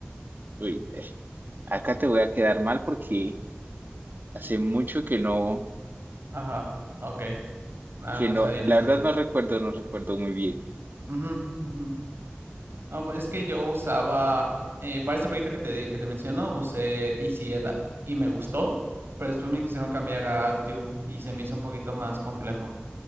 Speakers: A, on the right (about 50°); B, on the right (about 70°).
A: uy, eh, acá te voy a quedar mal porque hace mucho que no,
B: Ajá, ok. Ah,
A: que
B: no,
A: no,
B: está bien,
A: la
B: está
A: verdad
B: bien.
A: no recuerdo, no recuerdo muy bien.
B: Ujú, ujú. No, pues es que yo usaba, eh, para este proyecto que te, que te menciono, usé Isieda y me gustó, pero después me quisieron cambiar a Altium y se me hizo un poquito más complejo.